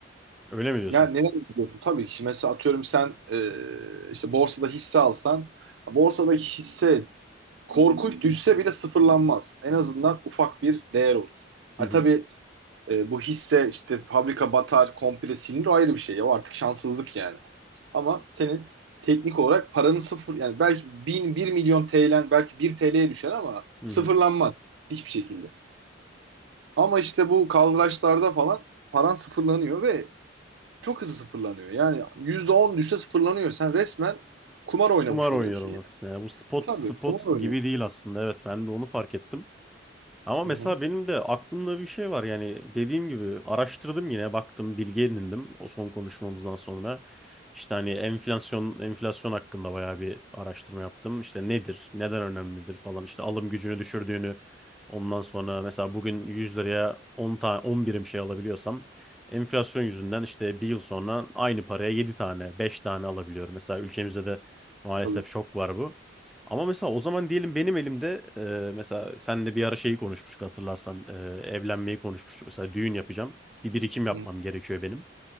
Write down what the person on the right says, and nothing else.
Ne, neden diyorsun? Tabii ki şimdi mesela atıyorum sen e, işte borsada hisse alsan borsadaki hisse korkunç düşse bile sıfırlanmaz. En azından ufak bir değer olur. Ha,
tabii e, bu hisse işte fabrika batar, komple silinir o ayrı bir şey. Ya, o artık şanssızlık yani. Ama senin teknik olarak paranın sıfır yani belki bin, bir milyon TL'den belki bir TL'ye düşer ama
sıfırlanmaz
hiçbir şekilde. Ama işte bu kaldıraçlarda falan paran sıfırlanıyor ve çok hızlı sıfırlanıyor. Yani %10 düşse sıfırlanıyor. Sen resmen kumar oynamış
oluyorsun yani.
Tabii
kumar oynuyorsun.
Hı hı,
tabii.
Hı